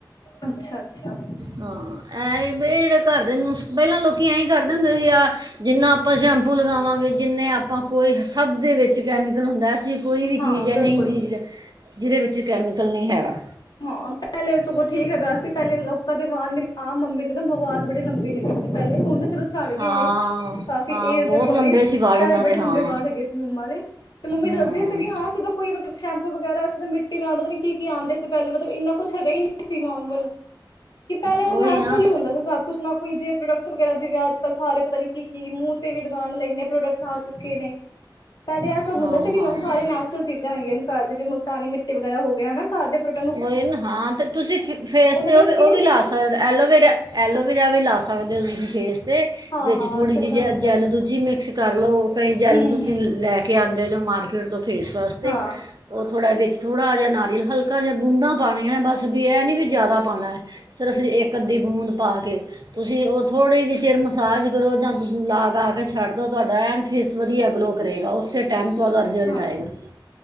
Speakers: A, on the left; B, on the right.
A: ਅੱਛਾ ਅੱਛਾ
B: ਹਾਂ ਐ ਬੇ ਜਿਹੜਾ ਘਰਦੇ ਨੂੰ, ਪਹਿਲਾਂ ਲੋਕੀ ਐਂ ਹੀ ਕਰਦੇ ਹੁੰਦੇ ਸੀ ਆ। ਜਿੰਨਾ ਆਪਾਂ ਸ਼ੈਂਪੂ ਲਗਾਵਾਂਗੇ ਜਿੰਨੇ ਆਪਾਂ ਕੋਈ ਸਭ ਦੇ ਵਿੱਚ ਕੈਮੀਕਲ ਹੁੰਦਾ। ਅਸੀਂ ਕੋਈ ਵੀ
A: ਹਾਂ
B: ਚੀਜ਼ ਹੈ
A: ਬਿਲਕੁਲ
B: ਨਹੀਂ ਬੀਜਦੇ। ਜਿਹਦੇ ਵਿੱਚ ਕੈਮੀਕਲ ਨਹੀਂ ਹੈਗਾ।
A: ਹਾਂ, ਪਹਿਲੇ ਸਗੋਂ ਠੀਕ ਹੈਗਾ ਸੀ। ਪਹਿਲੇ ਲੋਕਾਂ ਦੇ ਵਾਲ, ਮੇਰੀ ਆਪ ਮੰਮੀ ਦੇ ਨਾ ਵਾਲ ਬੜੀ ਲੰਬੀ ਹੈਗੇ ਸੀ। ਪਹਿਲੇ ਤੇ ਹੁਣ ਚਲੋ ਛੱੜ ਗਏ
B: ਹਾਂ
A: ਨੇ ਕਾਫੀ,
B: ਹਾਂ
A: ਏਜ
B: ਬਹੁਤ
A: ਦੇ ਅਕੋਰਡਿੰਗ,
B: ਲੰਬੇ ਸੀ ਵਾਲ
A: ਪੈਲੇ
B: ਇਹਨਾਂ
A: ਬੜੇ
B: ਦੇ
A: ਲੰਬੇ
B: ਹਾਂ
A: ਵਾਲ ਹੈਗੇ ਸੀ ਮੰਮਾ ਦੇ ਤੇ ਮੰਮੀ
B: ਹੂੰ
A: ਦੱਸਦੀ ਸੀਗੀ। ਹਾਂ ਅਸੀਂ ਦੋ ਕੋਈ ਮਤਲਬ ਸ਼ੈਂਪੂ ਵਗੈਰਾ ਅਸੀ ਤਾਂ ਮਿੱਟੀ ਨਾਲ ਮਤਲਬ ਕੀ ਕੀ ਆਂਦੇ ਸੀ। ਪਹਿਲੇ ਮਤਲਬ ਇੰਨਾ ਕੁਛ ਹੈਗਾ ਈ ਨੀ ਸੀ ਨੋਰਮਲ, ਕਿ ਪਹਿਲੇ ਵਾਲ
B: ਉਹੀ
A: ਨੈਚਰਲ
B: ਨਾ
A: ਹੀ ਹੁੰਦੇ ਸੀ ਸਭ ਕੁਛ ਨਾ ਕੋਈ ਜਿਹੇ ਪ੍ਰੋਡਕਟਸ ਵਗੈਰਾ ਜਿਵੇਂ, ਅੱਜ ਕੱਲ ਸਾਰੇ ਪਤਾ ਨੀ ਕੀ -ਕੀ ਮੂੰਹ ਤੇ ਵੀ ਲਗਾਣ ਲਈ ਇੰਨੇ ਪ੍ਰੋਡਕਟਸ ਆ ਚੁੱਕੇ ਨੇ ਪਹਿਲੇ ਇਹ ਸਭ ਹੁੰਦਾ
B: ਹਾਂ
A: ਸੀ ਕਿ
B: ਹਾਂ
A: ਨਾ ਸਾਰੇ ਨੈਚੁਰਲ ਚੀਜ਼ਾਂ ਹੈਗੀਆਂ ਨੇ, ਜੇ ਮੁਲਤਾਨੀ ਮਿੱਟੀ ਵਗੈਰਾ ਹੋ ਗਿਆ ਹਨਾ। ਘਰ ਦੇ ਪ੍ਰ
B: ਉਹ ਹੀ ਨਾ ਹਾਂ। ਤੇ ਤੁਸੀਂ ਫ ਫੇਸ
A: ਉਹਨਾਂ
B: 'ਤੇ
A: ਦੀ
B: ਉਹ ਵੀ
A: ਸਕਿਨ
B: ਉਹ ਵੀ ਲਾ ਸਕਦੇ ਐਲੋਵੇਰਾ-ਐਲੋਵੇਰਾ ਵੀ ਲਾ ਸਕਦੇ ਤੇ ਥੋੜੀ ਜੀ ਫੇਸ ਤੇ,
A: ਹਾਂ
B: ਵਿੱਚ
A: ਹਾਂ
B: ਥੋੜੀ
A: ਠੰਡਾ
B: ਜੀ ਜ
A: ਹੁੰਦਾ
B: ਜ਼ੈਲ
A: ਹੈ
B: ਦੂਜੀ ਮਿਕਸ ਕਰ ਲਓ। ਕਈ ਜੈਲ
A: ਹੂੰ
B: ਤੁਸੀਂ
A: ਹੂੰ
B: ਲੈ ਕੇ ਆਉਂਦੇ ਓ, ਜੋ ਮਾਰਕੀਟ ਤੋਂ ਫੇਸ ਵਾਸਤੇ
A: ਹਾਂ
B: ਉਹ ਥੋੜ੍ਹਾ ਵਿੱਚ ਥੋੜ੍ਹਾ ਜਿਹਾ ਨਾਰੀਅਲ, ਹਲਕਾ ਜਿਹਾ ਬੂੰਦਾਂ ਪਾਣੀਆਂ ਬਸ। ਵੀ ਇਹ ਨੀ ਵੀ ਜ਼ਿਆਦਾ ਪਾਣਾ ਐ। ਸਿਰਫ ਇੱਕ-ਅੱਧੀ
A: ਅੱਛਾ
B: ਬੂੰਦ ਪਾ ਕੇ, ਤੁਸੀਂ ਉਹ ਥੋੜ੍ਹੀ ਜਿਹੀ ਚਿਰ ਮਸਾਜ ਕਰੋ ਜਾਂ ਤੁਸੀਂ ਲਾ ਗਾ ਕੇ ਛੱਡ ਦੋ, ਤੁਹਾਡਾ ਐਨ ਫੇਸ ਵਧੀਆ ਗਲੋ ਕਰੇਗਾ। ਉਸੇ ਟਾਈਮ ਤੋਂ ਉਹਦਾ ਰਿਜ਼ਲਟ
A: ਹਾਂ
B: ਆਏਗਾ।